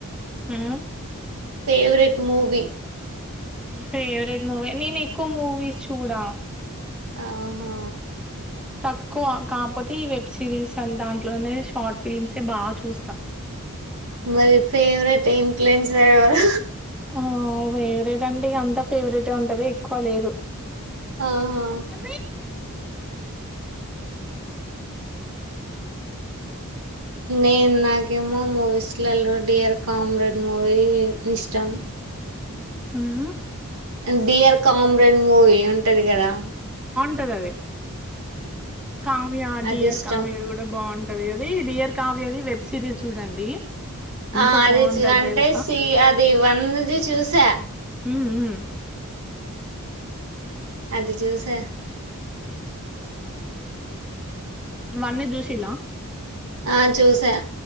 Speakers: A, in the centre; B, on the right.
A: ఉమ్
B: favourite movie
A: favourite movie నేను ఎక్కువ మూవీస్ చూడా
B: ఆహా
A: తక్కువ కాపోతే ఈ వెబ్ సిరీస్ అన్ దాంట్లోనే షార్ట్ ఫిలిమ్సే బాగా చూస్తా
B: మరి ఫేవరెట్ ఇన్ఫ్యూలెన్సర్ ఎవరు
A: ఆ ఫేవరెట్ అంటేఇగ అంత ఫేవరెట్ ఉంటది ఎక్కువ లేదు
B: ఆహా
A: అ
B: నేన్ నాకేమో మూవీస్లలో డియర్ కామ్రేడ్ మూవీ ఇష్టం
A: ఉమ్మ్
B: డియర్ కామ్రెడ్ మూవీ ఉంటది కదా
A: అదదే కావ్య
B: అది
A: డియర్
B: ఇష్టం
A: కావ్యది కూడా బాగుంటది అది డియర్ కావ్యది వెబ్ సిరీస్ చూడండి ఎంత
B: ఆ అది
A: బాగుంటది
B: చ్ అంటే
A: తెలుసా
B: సి అది వన్నుది చూసా
A: ఉమ్ ఉమ్
B: అది చూసా
A: వన్నూది జూసిల్ల
B: ఆ చూసా